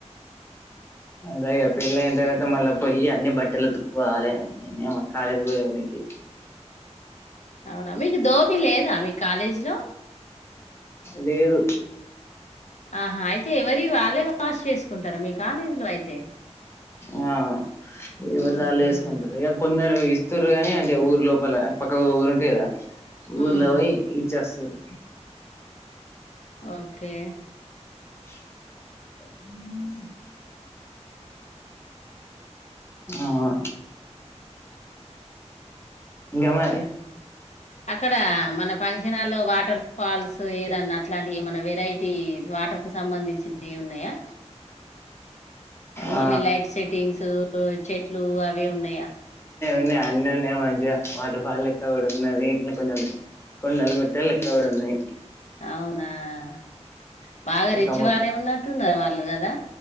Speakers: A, on the left (about 20°); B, on the left (about 70°).
A: అదేఇగా పిళ్ళైన తరవాత మళ్ళ పోయి అన్ని బట్టలు ఉతుక్కోవాలే ఈ అమ్మ కాలేజెకి పోయేనికి.
B: అవునా మీకు దోబీ లేదా మీ కాలేజీ లో
A: లేదు
B: ఆహా అయితే ఎవరి వాళ్ళే వాష్ చేసుకుంటారా మీ కాలేజీలో అయితే
A: ఆ ఎవరిది
B: ఉహు
A: వాళ్ళే చేస్ <unintelligible> ఇగ కొందరు ఇస్తూర్రు గానీ అంటే ఊరు లోపల పక్క ఊరు ఉంటది గా ఊర్లోవేయ్
B: ఉమ్
A: ఇచ్చస్తారూ
B: ఓకే
A: ఆ ఆ ఇగమారీ
B: అక్కడ మన ఫంక్షనాల్లో వాటర్ ఫాల్స్ ఏదన్నా అట్లాంటివి ఏమన్నా వెరైటీ వాటర్ సంబంధించి ఉన్నాయా
A: ఆ
B: ఓన్లీ లైట్ సెట్టింగ్స్ చెట్లు అవే ఉన్నాయా.
A: ఉన్నాయ్ అన్ని ఉన్నాయ్ మంచిగా వాటర్ ఫాల్ లేక్క కూడా ఉన్నది కొంచెం కొండలు గుట్టలు లెక్క కూడా ఉన్నాయి.
B: అవునా ఆ బాగా
A: ఇట్లా
B: రిచ్ వాళ్ళే ఉన్నట్టున్నారు వాళ్ళు గదా